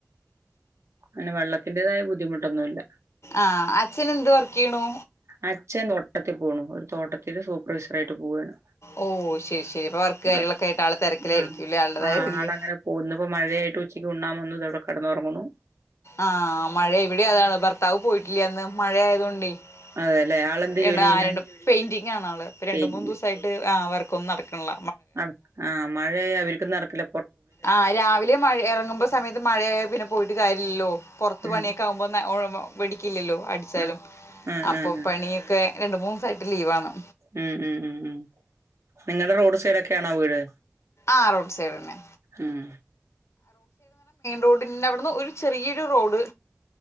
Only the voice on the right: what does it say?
അന്നെ വെള്ളത്തിന്റെതായ ബുദ്ധിമുട്ടൊന്നുല്ല
അച്ഛൻ നോട്ടത്തി പോണു ഒരു തോട്ടത്തില് സൂപ്പർ വൈസറായിട്ട് പോവാണ്
<unintelligible>
ആഹ്
ആളങ്ങനെ പോവുന്ന് ഇന്ന് മഴയായിട്ട് ഉ ഉച്ചക്കുണ്ണാവന്ന് ഇതടെ കെടന്നൊർങ്ങുണു
അതെല്ലേ
ആളെന്ത് ജോലി ചെയ്യണ്
പെയിന്റിങ്
<unintelligible> ആഹ് മഴയായ അവർക്കും നടക്കുല
ഉം
ആഹ് ആഹ്
ആഹ്
ഉം ഉം ഉം ഉം നിങ്ങൾടെ റോഡ്സൈഡൊക്കെണോ വീട്
ഉം